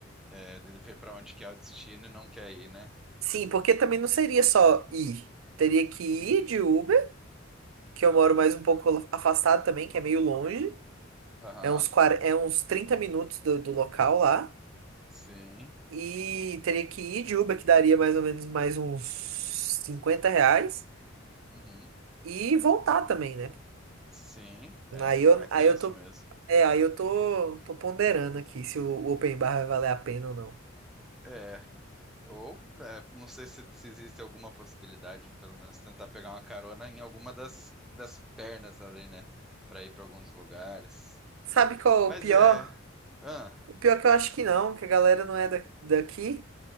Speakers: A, in the centre; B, on the right.
A: É, dele ver pra onde que é o destino e não quer ir, né?
B: Sim, porque também não seria só ir. Teria que ir
A: Uhum.
B: de Uber, que eu moro mais um pouco afastado também, que é meio longe.
A: Aham.
B: É uns, 40 é uns 30 minutos do, do local lá.
A: Sim.
B: E teria que ir de Uber, que daria mais ou menos mais uns 50 reais.
A: Uhum.
B: E voltar também, né?
A: Sim. É,
B: Aí
A: não
B: eu,
A: é tenso
B: aí eu tô.
A: mesmo.
B: É, aí eu tô, tô ponderando aqui se o, o open bar vai valer a pena ou não.
A: É. Ou, é, não sei se, se existe alguma possibilidade, pelo menos tentar pegar uma carona em alguma das, das pernas ali, né? Pra ir pra algum dos lugares.
B: Sabe qual é
A: Mas
B: o pior?
A: é. Ah,
B: O pior é que eu acho que não, que a galera não é da, daqui.